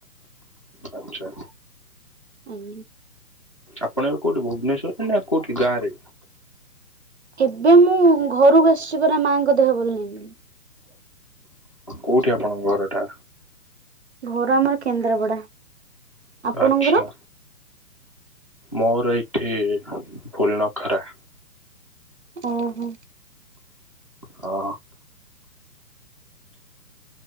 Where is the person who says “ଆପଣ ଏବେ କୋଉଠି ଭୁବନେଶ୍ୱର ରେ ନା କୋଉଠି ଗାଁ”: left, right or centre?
Left